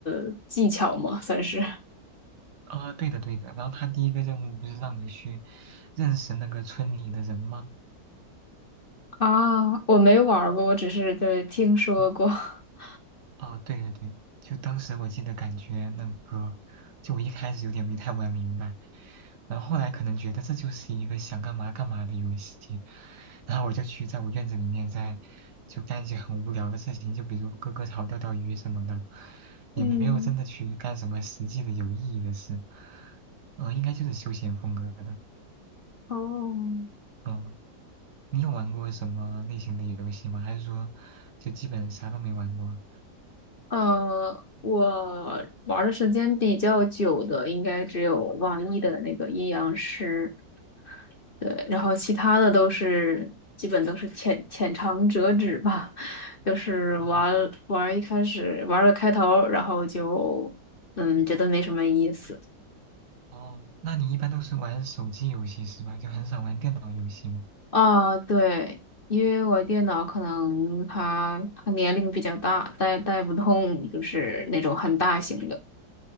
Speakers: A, on the left (about 35°); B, on the right (about 65°).
A: 呃技巧嘛，算是。<laughs>
B: 啊、对的对的，然后他第一个任务不是让你去认识那个村里的人吗？
A: 啊，我没玩儿过，我只是对听说过。
B: 嗯、
A: <laughs>
B: 哦，对对对，就当时我记得感觉那个，就我一开始有点没太玩明白，然后后来可能觉得这就是一个想干嘛干嘛的游戏，然后我就去在我院子里面在就干一些很无聊的事情，就比如割割草、钓钓鱼什么的，也没有真的去干什么实际的有意义的事，
A: 嗯，
B: 嗯、应该就是休闲风格的，
A: 哦，
B: 嗯，你有玩过什么类型的游戏吗？还是说就基本啥都没玩过？
A: 呃，我玩的时间比较久的，应该只有网易的那个阴阳师，对，然后其他的都是基本都是浅浅尝辄止吧，<laughs> 就是玩玩一开始玩了开头，
B: 哦
A: 然后就嗯觉得没什么意思
B: 哦，那你一般都是玩手机游戏是吧？就很少玩电脑游戏吗？
A: 啊，对，因为我电脑可能它它年龄比较大，带带不动就是那种很大型的。